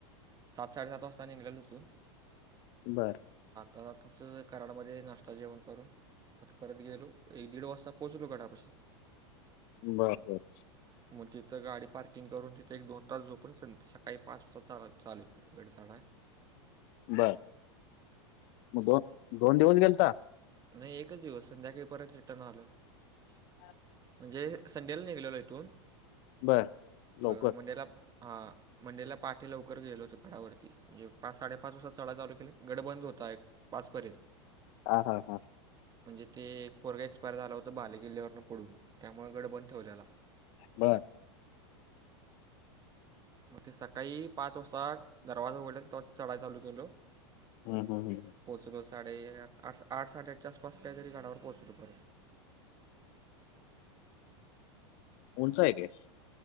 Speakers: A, on the right; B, on the left.
A: सात साडेसात वाजता निघल्या उचून
B: बर
A: तच कराडमध्ये नाश्ता जेवण करून म परत गेलो एक दीड वाजता पोहचलो काडा पशी
B: बर बर
A: मग तिथं गाडी पार्किंग करून तिथे एक दोन तास झोपून सं सकाळी पाच वाजता चाल चालू के गडी चालाय
B: बर मग दोन दोन दिवस गेलता
A: नाही एकच दिवस संध्याकाळी परत रिटर्न आलं
B: अच्छा
A: म्हणजे संडेला निघलेलो इथून
B: बर लवकर
A: अ मंडेला हां म्हंजेला पाहाठीे लवकर गेलोच घडावरती म्हणजे पाच साडेपाच वाजता चढ चालू केला गड बंद होता एक पाचपर्यंत
B: ह हा हा
A: म्हणजे ते एक पोरगा एक्सपायर झाला होता बाले किल्ल्यावरं पडून त्यामुळे गड बंद ठेवलेला
B: बर
A: मग ते सकाळी पाच वाजता दरवाजा उघडला ते्हा चढाय चालू केलो
B: हा हम ह
A: पोचलो साडे आठ आठ साडेआठच्या आस पास काहीतरी गाडावर पोहोचलू पत
B: उंच आहे तेे